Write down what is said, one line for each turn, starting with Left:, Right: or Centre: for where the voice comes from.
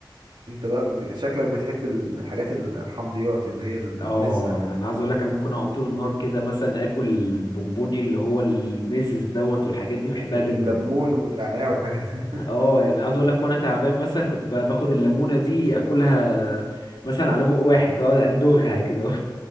Right: انت بقى ب- شكلك بتحب الحاجات الحمضيات اللي هي المزه
Left: اه انا أنا عاوز اقول لك انا ممكن اقعد طول النهار كده مثلا اكل البونبوني اللي هو الميزز دوت والحاجات دي بحبها
Right: الليمون
Left: جدا
Right: والنعناع والحاجات <laughs>
Left: اه يعني عاوز اقول لك وانا تعبان مثلا كنت بقى باخد الليمونه دي اكلها مثلا على بق واحد كده أقعد اندوغها كده